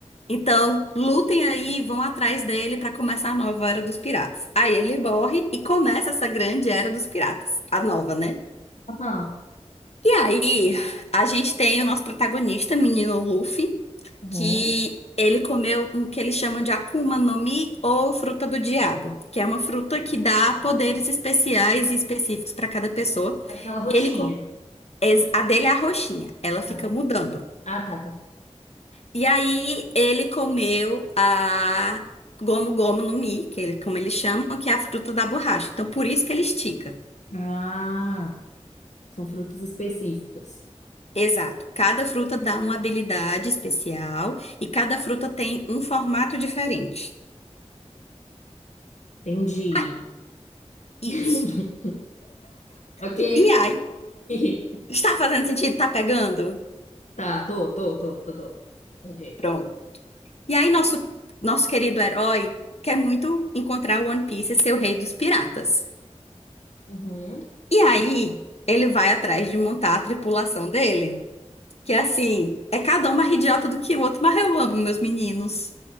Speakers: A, on the left (about 60°); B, on the left (about 80°).
A: Então, lutem aí e vão atrás dele para começar a nova Era dos Piratas. Aí ele morre e começa essa grande Era dos Piratas, a nova, né?
B: Aham.
A: E aí, a gente tem o nosso protagonista, menino Luffy,
B: Uhum.
A: que ele comeu o que eles chamam de Akuma no Mi ou fruta do diabo, que é uma fruta que dá poderes especiais e específicos para cada pessoa.
B: Aquela roxinha.
A: E ele co- ex- a dele é a roxinha, ela fica
B: Ah, tá.
A: mudando.
B: Ah, tá, tá.
A: E aí ele comeu a gomo gomo no mi, que ele, como eles chamam, que é a fruta da borracha. Então por isso que ele estica.
B: Ah, são frutas específicas.
A: Exato. Cada fruta dá uma habilidade especial e cada fruta tem um formato diferente.
B: Entendi.
A: Ah, isso.
B: <coughs> Ok.
A: E aí?
B: <laughs>
A: Está fazendo sentido? Tá pegando?
B: Tá, tô, tô, tô, tô, tô. Entendi.
A: Pronto. E aí nosso nosso querido herói quer muito encontrar o One Piece e ser o rei dos piratas.
B: Uhum.
A: E aí ele vai atrás de montar a tripulação dele. Que é assim, é cada um mais idiota do que o outro, mas eu amo meus meninos.